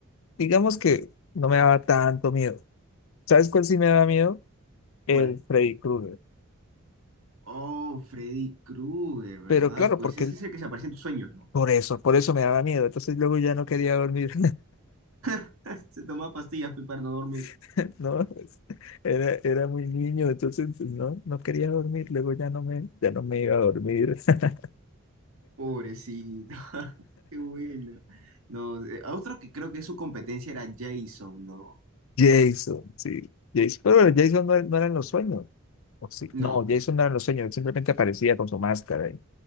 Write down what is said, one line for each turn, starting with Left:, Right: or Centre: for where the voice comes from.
Left: digamos que no me daba tanto miedo. ¿Sabes cuál sí me daba miedo? El
Right: ¿cuál?
Left: Freddy Krueger.
Right: Oh, Freddy Krueger, ¿verdad?
Left: Pero claro,
Right: Pues
Left: porque
Right: ese
Left: él-
Right: es el que se aparece en tus sueños, ¿no?
Left: por eso, por eso me daba miedo. Entonces luego ya no quería dormir,
Right: <laughs> Se toma pastillas pe, para no dormir.
Left: <laughs> ¿no? Pues, era, era muy niño, entonces pues, no, no quería dormir. Luego ya no me, ya no me iba a dormir. <laughs>
Right: Pobrecito. <laughs> Qué bueno. No, eh, a otro que creo que su competencia era Jason, ¿no?
Left: Jason, sí, Jason. Pero bueno, Jason no, no eran los sueños. O sí,
Right: No,
Left: no, Jason no eran los sueños, él simplemente aparecía con su máscara y-